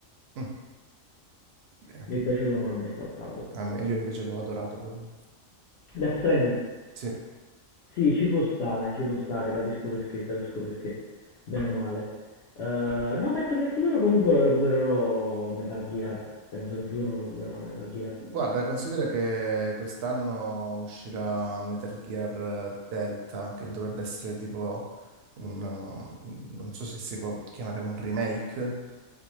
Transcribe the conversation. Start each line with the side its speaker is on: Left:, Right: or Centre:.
Right: Mm, eh, ok.
Left: Mi è piaciuto ma non mi è saltato.
Right: A me- io invece l'ho adorato proprio.
Left: Death Stranding
Right: Sì.
Left: Sì, ci può stare, ci può stare, capisco perché, capisco perché, bene o male. Eh, no, penso che in futuro comunque lo recupererò Metal Gear. Penso che in futuro lo recupererò Metal Gear.
Right: Guarda, considera che quest'anno uscirà Metal Gear Delta, che dovrebbe essere tipo un... um, non so se si può chiamare un remake,